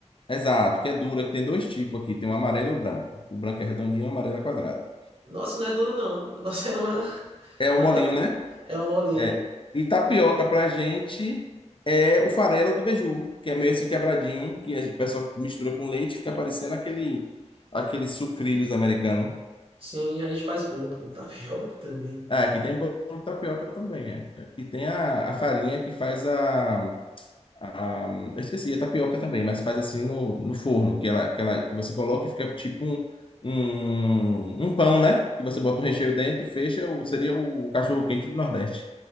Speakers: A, on the left (about 45°); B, on the right (about 50°).
A: Exato, que é dura, que tem dois tipos aqui. Tem o amarelo e o branco. O branco é redondinho, o amarelo é quadrado.
B: Nossa, não é duro não, <laughs> o nosso é uma,
A: É o
B: uma
A: molinho,
B: tapioca,
A: né?
B: é um molinho.
A: É. E tapioca pra gente é o farelo do beiju, que é meio assim quebradinho, que a gente- o pessoal mistura com leite e fica parecendo aquele, aqueles sucrilhos americanos.
B: Sim, a gente faz bolo com tapioca também.
A: Ah, aqui tem bolo de tapioca também, é. É. E tem a, a farinha que faz a, a- Eu esqueci, a tapioca também, mas faz assim no, no forno, que ela, que ela que você coloca e fica tipo um, um, um pão, né? Que você bota um recheio dentro, fecha, o- seria o cachorro-quente do Nordeste.